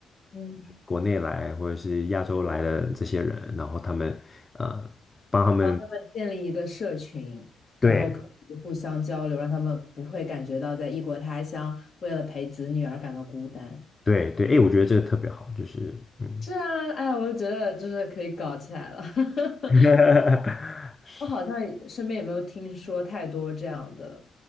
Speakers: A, on the left; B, on the left.
A: 嗯，
B: 国内来或者是亚洲来的这些人，然后他们呃帮他们，
A: 帮他们建立一个社群，然后可以互相交流，
B: 对
A: 让他们不会感觉到在异国他乡为了陪子女而感到孤单。
B: 对对，哎，我觉得这个特别好，就是嗯，
A: 是啊，哎，我就觉得就是可以搞起来了。<laughs>
B: <laughs>
A: 我好像也身边也没有听说太多这样的